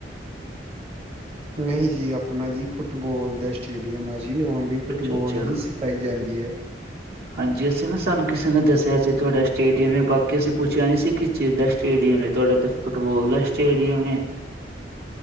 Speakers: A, on the right; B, on the right.
A: ਨਹੀਂ ਜੀ ਆਪਣਾ ਜੀ ਫੁੱਟਬੋਲ ਦਾ ਸਟੇਡੀਅਮ ਆ ਜੀ ਓਨਲੀ ਫੁੱਟਬਾਲ
B: ਅੱਛਾ ਅੱਛਾ
A: ਈ ਸਿਖਾਈ ਜਾਂਦੀ ਐ।
B: ਹਾਂਜੀ ਅਸੀਂ ਨਾ ਸਾਨੂੰ ਕਿਸੇ ਨੇ ਦੱਸਿਆ ਸੀ ਤੁਹਾਡਾ ਸਟੇਡੀਅਮ ਬਾਕੀ ਅਸੀਂ ਪੁੱਛਿਆ ਨੀ ਸੀ ਕੀ <unintelligible> ਸਟੇਡੀਅਮ ਤੁਹਾਡਾ ਤਾਂ ਫੁੱਟਬਾਲ ਦਾ ਸਟੇਡੀਅਮ ਹੈ।